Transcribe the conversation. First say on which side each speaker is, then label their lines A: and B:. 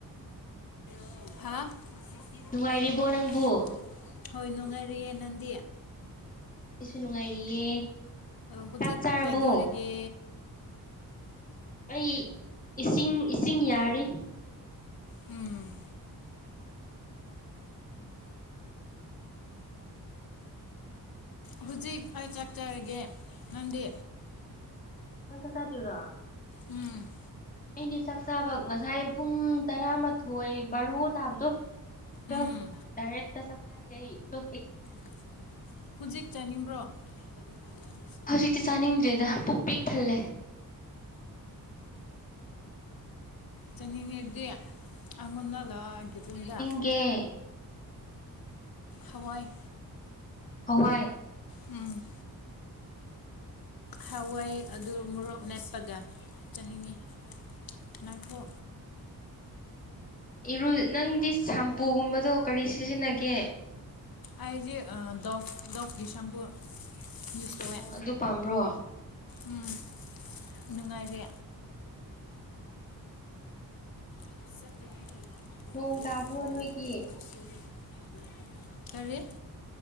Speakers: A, on the left; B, on the left.
A: ꯄꯁ <unintelligible>
B: ꯅꯨꯡꯉꯥꯏꯔꯤꯕꯣ ꯅꯪꯕꯨ
A: ꯍꯣꯏ ꯅꯣꯡꯉꯔꯤꯌꯦ ꯅꯪꯗꯤ
B: ꯀꯩꯁꯨ ꯅꯨꯡꯉꯥꯏꯔꯤꯌꯦ
A: ꯍꯧꯖꯤꯛ
B: ꯆꯥꯛ ꯆꯥꯔꯕꯣ
A: ꯀꯩꯗꯧꯔꯤꯒꯦ
B: ꯑꯩ ꯏꯁꯤꯡ ꯏꯁꯤꯡ ꯌꯥꯔꯤ
A: ꯎꯝ ꯍꯧꯖꯤꯛ ꯑꯩ ꯆꯠꯆꯔꯒꯦ ꯅꯪꯗꯤ
B: ꯅ ꯆ ꯆ ꯇꯨꯔꯣ
A: ꯎꯝ
B: ꯑꯩꯗꯤ ꯆꯥꯛ ꯆꯥꯕ ꯉꯁꯥꯏ ꯄꯨꯡ ꯇꯔꯥꯃꯥꯊꯣꯏ ꯕꯥꯔꯣ ꯇꯥꯕꯗꯣ ꯭ꯋ
A: ꯎꯝ
B: ꯗꯗꯥꯏꯔꯦ ꯇ ꯁꯛꯁ ꯍꯥꯏ꯭ꯋ
A: ꯊꯦꯡ ꯊꯦꯡꯌꯨ ꯍꯧꯖꯤꯛ ꯆꯥꯅꯤꯡꯕ꯭ꯔꯣ ꯇꯗꯝ
B: ꯍꯧꯖꯤꯛꯇꯤ ꯆꯥꯅꯤꯡꯗ꯭ꯔꯦꯗ ꯄꯨꯛ ꯄꯤꯛ ꯊꯜꯂꯦ
A: ꯆꯠꯅꯤꯡꯉꯤꯗꯤ ꯑꯩꯉꯣꯟꯟꯅ ꯂꯣꯏꯒꯤꯇꯗ
B: ꯌꯦꯦ
A: ꯍꯋꯥꯏ
B: ꯍꯋꯥꯏ
A: ꯎꯝ ꯍꯋꯥꯏ ꯑꯗꯨ ꯃꯣꯔꯣꯛ ꯃꯦꯞꯄꯒ ꯆꯪꯅꯤꯡꯉꯤ ꯅꯥꯏꯈꯣ
B: ꯏꯔꯨ ꯅꯪꯗꯤ ꯁꯝꯄꯨꯒꯨꯝꯕꯗꯣ ꯀꯔꯤ ꯁꯤꯖꯤꯟꯅꯒꯦ
A: ꯑꯩ ꯗꯤ ꯗꯣꯐ ꯗꯣꯐꯀꯤ ꯁꯝꯄꯨ ꯌꯨꯁ ꯇꯧꯑꯦ
B: ꯑꯣ ꯑꯗꯨ ꯄꯥꯝꯕ꯭ꯔꯣ
A: ꯎꯝ ꯅꯨꯡꯉꯥꯏꯔꯦ <unintelligible>
B: ꯅꯣꯡ ꯇꯥꯕ꯭ꯔꯣ ꯅꯣꯏꯒꯤ
A: ꯀꯔꯤ